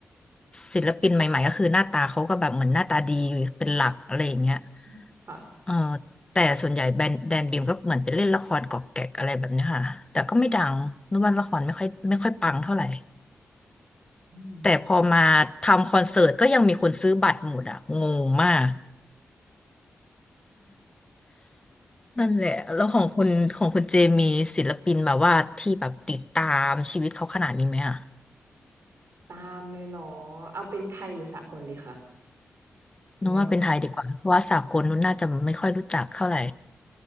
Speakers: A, on the left; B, on the right.
A: ศิลปินใหม่ๆก็คือหน้าตาเขาก็แบบเหมือนหน้าตาดีเป็นหลักอะไรอย่างเงี้ย
B: <laughs> ค่ะ
A: เออแต่ส่วนใหญ่แบรนด์แดนบีมก็เหมือนไปเล่นละครกอกแกกอะไรแบบเนี้ยค่ะแต่ก็ไม่ดังนึกว่าละครไม่ค่อยไม่ค่อยปังเท่าไหร่
B: อืม
A: แต่พอมาทำคอนเสิร์ตก็ยังมีคนซื้อบัตรหมดอะงงมาก นั่นแหละแล้วของคุณของคุณเจมีศิลปินแบบว่าที่แบบติดตามชีวิตเขาขนาดนี้ไหมอ่ะ
B: ตามเลยเหรอเอาเป็นไทยหรือสากลดีคะ
A: นึกว่าเป็นไทยดีกว่าเพราะว่าสากลนู้นน่าจะไม่ค่อยรู้จักเท่าไหร่
B: ได้หมดเลย